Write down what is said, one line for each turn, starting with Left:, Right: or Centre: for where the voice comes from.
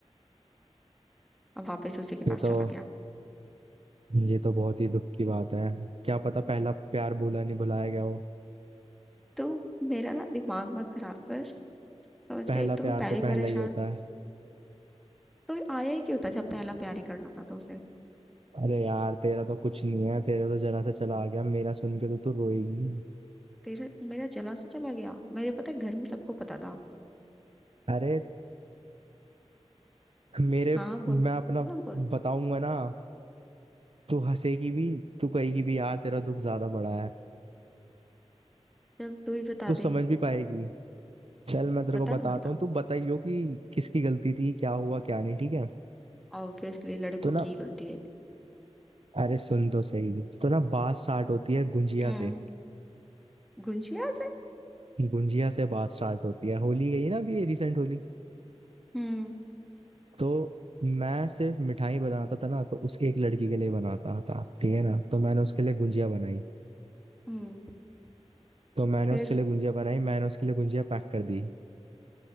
Centre: अब वापस उसी के
Right: ये
Centre: पास
Right: तो
Centre: चला गया
Right: ये तो बहुत ही दुख की बात है क्या पता पहला प्यार भूला नहीं भुलाया गया हो
Centre: तो मेरा ना दिमाग मत खराब कर समझ
Right: पहला
Centre: गया एक तो मैं
Right: प्यार
Centre: पहले
Right: तो
Centre: ही
Right: पहला
Centre: परेशान
Right: ही होता है
Centre: तो आया ही क्यों था जब पहला प्यार ही करना था तो उसे
Right: अरे यार तेरा तो कुछ नहीं है तेरा तो जरा सा चला आ गया मेरा सुन के तो तू रोएगी
Centre: तेरे मेरा जला सा चला गया मेरे पता है घर में सबको पता था
Right: अरे मेरे
Centre: हाँ हाँ बोल
Right: मैं
Centre: बोल
Right: अपना
Centre: ना बोल
Right: बताऊंगा ना तू हंसेगी भी तू कहेगी भी यार तेरा दुख ज्यादा बड़ा है
Centre: चल तू ही बता
Right: तू समझ
Centre: दे
Right: भी पाएगी चल मैं तेरे
Centre: बता
Right: को बताता
Centre: ना बता
Right: हूँ तू बताइयो कि किसकी गलती थी क्या हुआ क्या नहीं ठीक है
Centre: ऑब्वियसली लड़कों
Right: तो ना
Centre: की गलती है
Right: अरे सुन तो सही तो ना बात स्टार्ट होती है गुंजिया
Centre: हम्म
Right: से
Centre: गुंजिया से
Right: गुंजिया से बात स्टार्ट होती है होली गई ना अभी रिसेंट होली
Centre: हम्म
Right: तो मैं सिर्फ मिठाई बनाता था ना तो उस एक लड़की के लिए बनाता था ठीक है ना तो मैंने उसके लिए गुंजिया बनाई
Centre: हम्म
Right: तो मैंने
Centre: फिर
Right: उसके लिए गुंजिया बनाई मैंने उसके लिए गुंजिया पैक कर दी